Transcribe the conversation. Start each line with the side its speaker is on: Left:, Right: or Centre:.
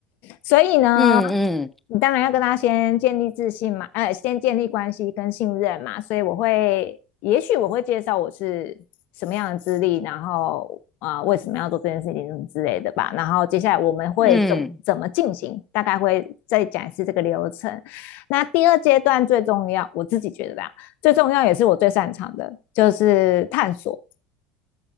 Left: 所以呢，
Centre: 嗯嗯
Left: 你当然要跟他先建立自信嘛，呃，先建立关系跟信任嘛。所以我会，也许我会介绍我是什么样的资历，然后啊、呃为什么要做这件事情什么之类的吧。然后接下来我们会怎么怎么进行，
Centre: 嗯，
Left: 大概会再讲一次这个流程。那第二阶段最重要，我自己觉得吧，最重要也是我最擅长的，就是探索。